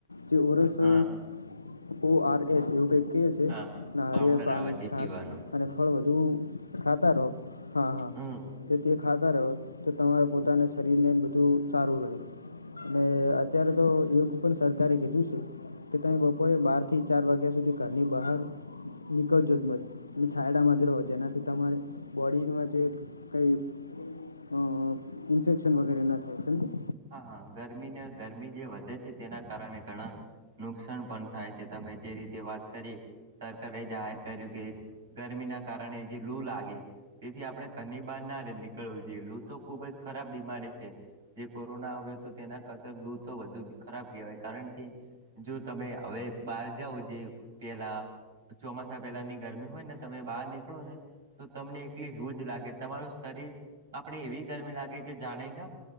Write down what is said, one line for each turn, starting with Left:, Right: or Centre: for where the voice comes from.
Left: જે ઓરસ
Right: હા
Left: ઓ આર એસ એવું કાઈક કહે છે.
Right: હા
Left: નારિયેલ
Right: પાવડર
Left: પાણી,
Right: આવે તે
Left: છાસ
Right: પીવાનો
Left: અને ફળ વધું ખાતા રહો, હા, હા.
Right: હમ
Left: જે તે ખાતા રહો તો તમારે પોતાના શરીરને બધું સારું રહે. અને અત્યારે તો એવું પણ સરકારે કીધું છે કે તમે બપોરે બાર થી ચાર વાગ ગ્યા સુધી ઘરની બહાર નીકળજો જ મત. છાયડામાં જ રહો. જેનાથી તમારે બોડીનો આ જે કંઈ અહ ઈન્ફેક્શન વગેરે ન થાય સમજ્યા.
Right: હા, હા. ગરમીના ગરમી જે વધે છે તેના કારણે ઘણા નુકસાન પણ થાય છે. તમે જે રીતે વાત કરી સરકારે જાહેર કર્યું કે, ગરમીના કારણે જે લૂ લાગે તેથી આપણે ઘરની બાર ના રે નીકળવું જોઈએ. લુ તો ખુબ જ ખરાબ બીમારી છે. જે કોરોના આવે તો તેના કરતા લુ તો વધુ ખરાબ કહેવાય. કારણ કે જો તમે હવે બા બાર જાવ જે પેલા, ચોમાસા પેલાની ગરમી હોય ને તમે બહાર નીકળો ને તો તમને એકલી લું જ લાગે, તમારું શરીર આપણે એવી ગરમી લાગે કે જાણે ના